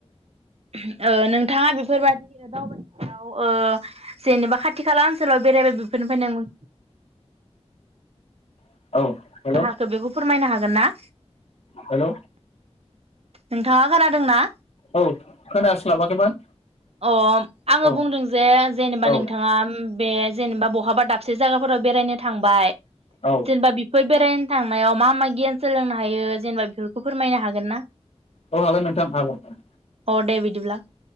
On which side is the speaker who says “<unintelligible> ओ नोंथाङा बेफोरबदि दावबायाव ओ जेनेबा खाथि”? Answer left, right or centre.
Right